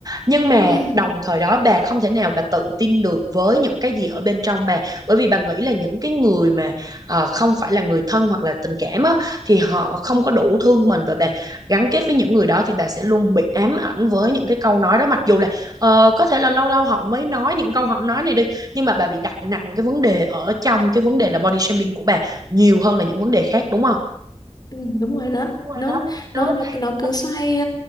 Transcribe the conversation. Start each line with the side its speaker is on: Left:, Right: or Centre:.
Right: nhưng mà
Left: ừ.
Right: đồng thời đó bà không thể nào bà tự tin được với những cái gì ở bên trong bà bởi vì bà nghĩ là những cái người mà ờ, không phải là người thân hoặc là tình cảm á, thì họ không có đủ thương mình và bà gắn kết với những người đó thì bà sẽ luôn bị ám ảnh với những cái câu nói đó mặc dù là ờ, có thể là lâu lâu họ mới nói những câu họ nói này đi nhưng mà bà bị đặt nặng cái vấn đề ở trong cái vấn đề là body shaming của bà nhiều hơn là những vấn đề khác đúng không
Left: Ừ, đúng rồi đó
Right: Đúng rồi
Left: nó
Right: đó
Left: nó nó nó cứ
Right: đúng
Left: xoay